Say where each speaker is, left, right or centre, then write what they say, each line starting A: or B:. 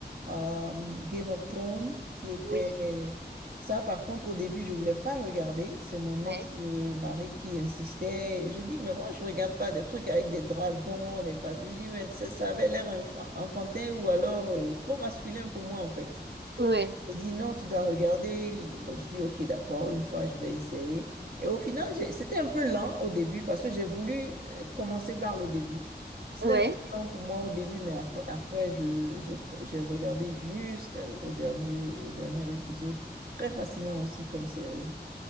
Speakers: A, on the right (about 60°); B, on the right (about 80°).
A: euh, Game of Thrones qui était...
B: Oui,
A: Ça, par contre, au début, je voulais pas regarder. C'est mon ex-mari
B: ouais,
A: qui insistait. Et je dis, mais moi, je regarde pas des trucs avec des dragons, des... fa- Je dis, mais ça ça avait l'air enfan- enfantin ou alors euh, trop masculin pour moi, en fait.
B: ouais,
A: Il dit non, tu dois regarder. Il- Bon, je dis ok, d'accord, une fois je vais essayer. Et au final, j'ai- c'était un peu lent au début parce que j'ai voulu euh, commencer par le début. C'était
B: ouais.
A: un peu lent pour moi au début, mais af- après, je, j'ai j'ai regardé jusqu'au dernier, au dernier épisode. Très fascinant aussi comme série.